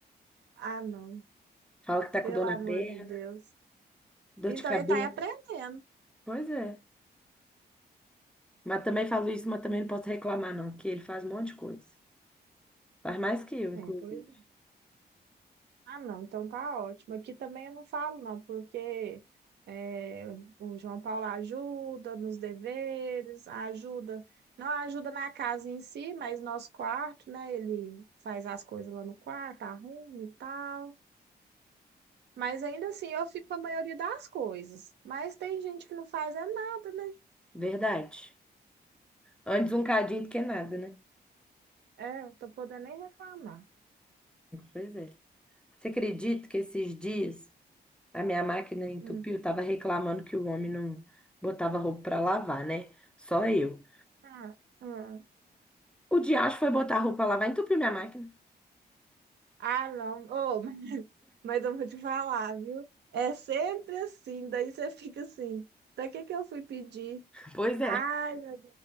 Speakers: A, on the right (about 80°); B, in the centre.
A: Ah, não.
B: Fala que tá
A: Pelo
B: com dor
A: amor
B: na perna,
A: de Deus.
B: dor
A: Então
B: de cabeça.
A: ele tá aprendendo.
B: Pois é. Mas também falo isso, mas também não posso reclamar, não, que ele faz um monte de coisa. Faz mais que eu,
A: É,
B: inclusive.
A: pois é. Ah, não. Então tá ótimo. Aqui também eu não falo, não, porque é, o João Paulo ajuda nos deveres, ajuda. Não ajuda na casa em si, mas nosso quarto, né? Ele faz as coisas lá no quarto, arruma e tal. Mas ainda assim eu fico com a maioria das coisas. Mas tem gente que não faz é nada, né?
B: Verdade. Antes um cadinho do que nada, né?
A: É, não tô podendo nem reclamar.
B: Pois é. Você acredita que esses dias a minha máquina entupiu?
A: Hum.
B: Tava reclamando que o homem não botava roupa pra lavar, né? Só eu.
A: Ah, ah.
B: O diacho foi botar a roupa pra lavar e entupiu minha máquina.
A: Ah, não. Oh, mas mas eu vou te falar, viu? É sempre assim, daí você fica assim. Pra que que eu fui pedir?
B: <laughs> Pois é.
A: Ai, meu Deus